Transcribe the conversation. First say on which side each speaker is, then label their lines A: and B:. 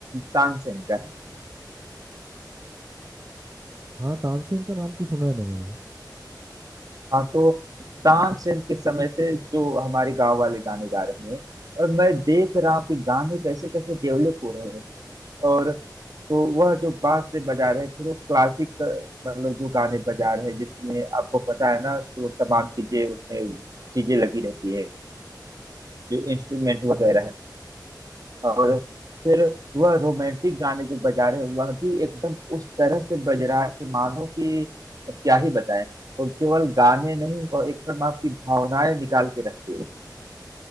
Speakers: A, on the right (about 55°); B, on the right (about 35°).
A: तानसेन का
B: हाँ तानसेन का नाम तो सुना है ना मैंने
A: हाँ तो तानसेन के समय से जो हमारे गांव वाले गाने गा रहे हैं और मैं देख रहा हूँ कि गाने कैसे कैसे डेवलप हो रहे हैं और तो वह जो बांस से बजा रहे हैं फिर वो क्लासिक मतलब जो गाने बजा रहे हैं जिसमें आपको पता है ना तो तमाम चीजें उसमें चीजें लगी रहती है जो इंस्ट्रूमेंट वगैरह है और
B: हाँ
A: फिर वह रोमांटिक गाने जो बजा रहे हैं वह भी एकदम उस तरह से बज रहा है कि मानो कि अब क्या ही बताएं तो केवल गाने नहीं वह एकदम आपकी भावनाएं निकाल के रखती है